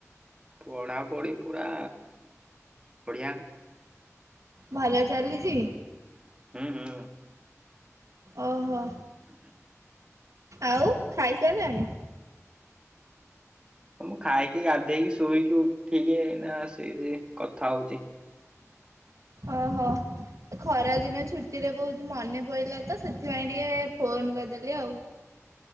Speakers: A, on the right; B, on the right.
A: ପଢାପଢି ପୁରା ବଢିଆ।
B: ଭଲ ଚାଲିଚି?
A: ହୁଁ- ହୁଁ
B: ଓହୋ।
A: <inaudible>
B: ଆଉ ଖାଇସାରିଲାଣି।
A: ମୁଁ ଖାଇକି ଗାଧେଇକି, ଶୋଇକି ଉଠିକି ଏଇନା କି କଥା ହଉଛି।
B: ଓହୋ। ଖରା ଦିନ ଛୁଟିରେ, ବହୁତ ମନେ ପଇଲା ତ ସେଥିପାଇଁ ଟିକେ ଫୋନ କରିଦେଲି ଆଉ।